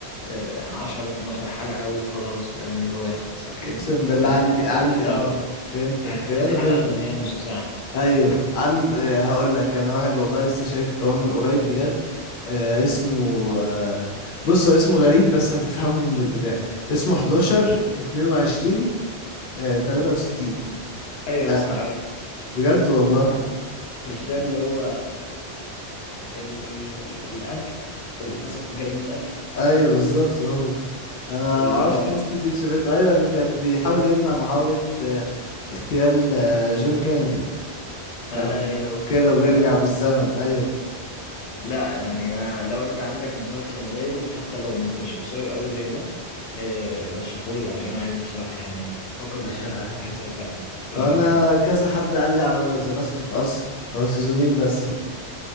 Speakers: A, on the left; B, on the left.
A: آه، 10 12 حلقه وخلاص فاهم اللي هو يخلص على كده
B: اقسم بالله
A: والحلقه
B: عندي
A: كده
B: عندي
A: كده احنا
B: اه
A: عارف-
B: فهمتك
A: عارفين
B: انا
A: الحلقه
B: فهمت
A: ان هي نص ساعه
B: ايوه عند آه، هقول لك انا واحد والله لسه شايفه كمان من قريب بجد آه اسمه آه بص هو اسمه غريب بس هتفهمه من البتاع اسمه 11 22 آه 63
A: ايوه
B: لا
A: يا اسطى عارفه
B: بجد والله
A: مش ده اللي هو ال ال ال القتل اللي حصل في جريمة قتل
B: ايوه بالظبط هو انا ما
A: اللي
B: اعرفش
A: هو
B: ناس كتير شافته ايوه اللي كانت بيحاول يمنع محاولة آه اغتيال آه جون كينيدي في
A: ايوه
B: امريكا وكده وبيرجع
A: تجمد
B: بالزمن ايوه
A: لا يعني انا لو انت عندك مسلسل غيره حتى لو مش قصير قوي زي ده آه، رشحهولي عشان عايز بصراحة يعني فقد
B: آه.
A: الشغف وعايز ارجع اتفرج
B: انا
A: على حاجة
B: كذا حد قال لي على ذا لاست اوف اس هو سيزونين بس